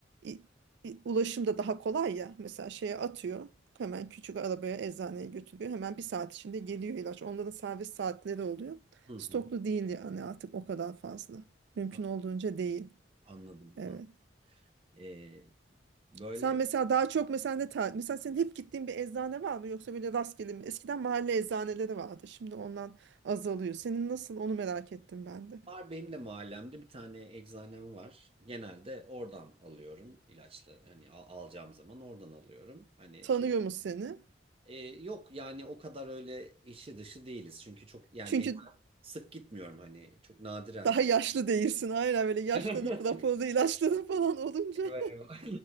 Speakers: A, on the right; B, on the right.
A: i- i- ulaşım da daha kolay ya. Mesela şeye atıyor. Hemen küçük arabaya eczaneye götürüyor. Hemen bir saat içinde geliyor ilaç. Onların servis saatleri oluyor.
B: Hı hı.
A: Stoklu değil yani artık o kadar fazla. Mümkün
B: A-
A: olduğunca değil.
B: Anladım.
A: Evet.
B: An Ee, böyle
A: Sen mesela daha çok mesela ne tar- mesela senin hep gittiğin bir eczane var mı yoksa böyle rastgele mi? Eskiden mahalle eczaneleri vardı. Şimdi ondan azalıyor. Senin nasıl onu merak ettim ben de.
B: var benim de mahallemde bir tane eczanem var. Genelde oradan alıyorum ilaçları. Hani al- alacağım zaman oradan alıyorum. Hani
A: Tanıyor
B: çok
A: mu seni?
B: Ee, yok yani o kadar öyle işi dışı değiliz. Çünkü çok yani
A: Çünkü
B: sık gitmiyorum hani çok nadiren.
A: daha yaşlı değilsin. Aynen böyle yaşlanıp
B: <laughs>
A: raporlu ilaçlanıp falan olunca.
B: Eyvah eyvah.